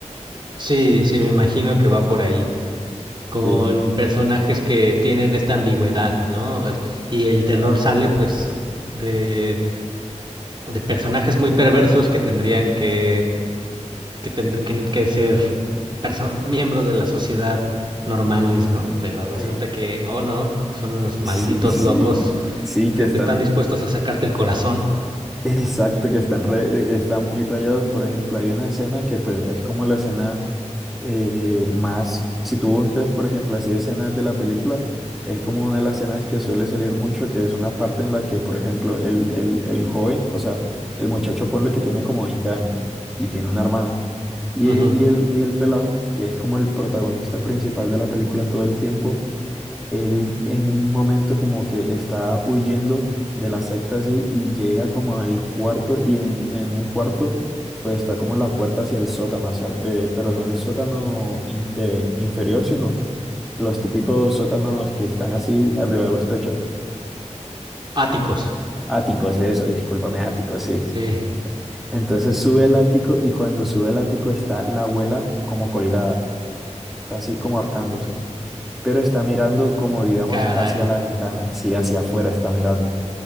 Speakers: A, on the right (about 40°); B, in the centre.
A: Sí, sí, me imagino que va por ahí. con
B: Sí.
A: personajes que tienen esta ambigüedad, ¿no? Y el terror sale pues de, de personajes muy perversos que tendrían que, que, tend- que- que ser perso- miembros de la sociedad normales, ¿no? Pero resulta
B: Sí.
A: que, oh no, son unos malditos
B: Sí, sí,
A: locos
B: sí,
A: que
B: que están,
A: te están dispuestos a sacarte el corazón.
B: Exacto, que están, re- están muy rayados. Por ejemplo, hay una escena que pues, es como la escena eh, más, si tú buscas, por ejemplo, así escenas de la película, es como una de las escenas que suele salir mucho, que es una parte en la que, por ejemplo, el, el, el joven, o sea, el muchacho ponle que tiene como 20 años y tiene una hermana. Y,
A: Ujú.
B: y, el, y el pelado, que es como el protagonista principal de la película todo el tiempo, él en un momento como que está huyendo de la secta así y llega como al cuarto y en, en un cuarto pues está como la puerta hacia el sótano, hacia, ar- eh, pero no el sótano in- eh, inferior, sino los típicos sótanos que están así arriba de los techos.
A: Áticos.
B: Áticos, eso, discúlpame, áticos, sí.
A: Sí,
B: Entonces sube el ático y cuando sube el ático está la abuela como colgada, está así como ahorcándose, pero está mirando como digamos
A: carajo.
B: hacia la ventana, sí, hacia afuera está mirando.